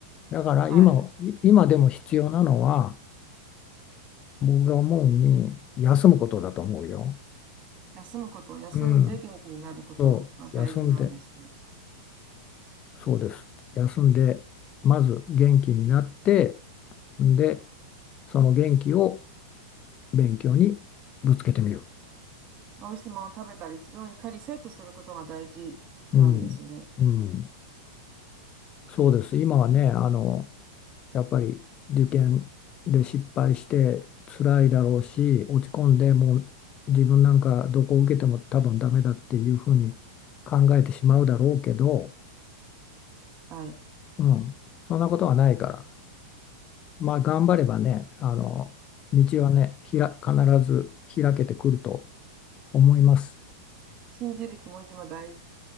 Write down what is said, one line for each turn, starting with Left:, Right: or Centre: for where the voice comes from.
Left: だから今、
Right: はい。
Left: い今でも必要なのは、僕が思うに、休むことだと思うよ。
Right: 休むこと、休んで元気になることが大事なんですね。
Left: うん、そう、休んで、そうです。休んで、まず元気になって、んで、その元気を勉強にぶつけてみる。
Right: 美味しいものを食べたり、自分をいかにセットすることが大事なんですね。
Left: うん、うん、そうです。今はね、あの、やっぱり受験で失敗して辛いだろうし落ち込んでもう自分なんかどこを受けても多分ダメだっていうふうに考えてしまうだろうけど、
Right: はい。
Left: うん、そんなことはないからまあ頑張ればねあの道はねひら必ず開けてくると思います。
Right: 信じる気持ちも大